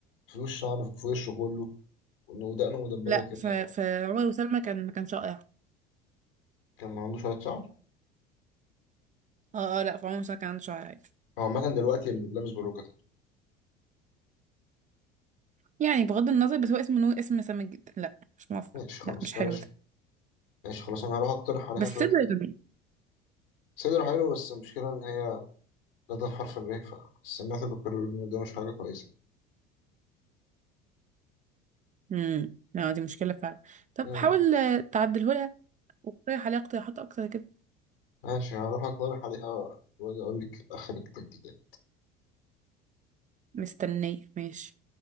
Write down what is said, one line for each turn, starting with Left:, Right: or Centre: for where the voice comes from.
Left: في وش شعر في وشه كله ودقنه مدببه
Right: لا
Left: كده
Right: ف... فعمر
Left: آه،
Right: وسلمى كان ما كانش رائع
Left: كان عنده شويه شعر
Right: اه اه لا فعمر وسلمى كان عنده شعر عادي
Left: هو عامه دلوقتي لابس بلوكه تاني
Right: يعني بغض النظر بس هو اسم نور اسم سامج جدا لا مش موافقة
Left: ماشي خلاص
Right: لا مش
Left: بلاش
Right: حلو ده
Left: ماشي خلاص انا هروح اقترح عليها
Right: بس
Left: شويه
Right: صدر
Left: أسئلة.
Right: جميل
Left: صدر حلو بس المشكله ان هي جت حرف الري فسمعت الدكتور بيقول ان ده مش حاجه كويسه
Right: امم لا دي مشكلة فعلا طب
Left: امم
Right: حاول آه، تعدله لها واقترح عليها اقتراحات اكتر كده
Left: ماشي هروح اقترح عليها واجي اقول لك اخر التجديد
Right: مستنية ماشي